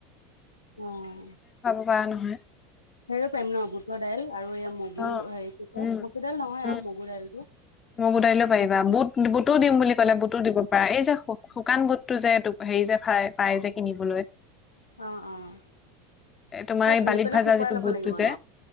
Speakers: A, on the left; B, on the left.
A: উম,
B: বা নহয়।
A: হেৰিয়ও পাৰিম ন' বুটৰ দাইল আৰু এই মগুৰ
B: অ
A: হেৰি কি কয়
B: উম
A: মচুৰ দাইল নহয়
B: উম
A: আৰু মগু দাইলটো?
B: মোক বোটাইলে পাৰিবা বুট বুটো দিম বুলি কলে বুটো দিব এই যে শুকান বুটটো যে হেৰি যোই পাই যে কিনিবলৈ।
A: অ', অ',
B: এ, তোমাৰ
A: এই ধৰি
B: বালিত
A: পেলাই
B: ভাজা
A: শুকুৱাই
B: যিটো
A: ল'ব
B: বুটটো
A: লাগিব
B: যে
A: ন